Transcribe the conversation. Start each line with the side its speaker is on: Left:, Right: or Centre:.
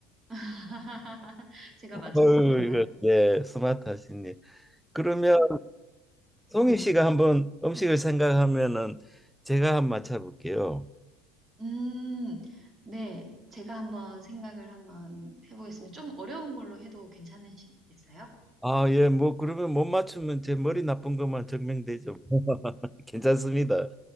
Right: <laughs> 제가 맞췄습니까?
Centre: 어유 이거 예, 스마트하시니. 그러면 송희
Right: 음,
Centre: 씨가 한번 음식을 생각하면은 제가 한번 맞춰볼게요.
Right: 음, 네. 제가 한번 생각을 한번 해보겠습니다. 좀 어려운 걸로 해도 괜찮으시겠어요?
Centre: 아, 예, 뭐 그러면 못 맞추면 제 머리 나쁜 것만 증명되죠. <laughs> 괜찮습니다.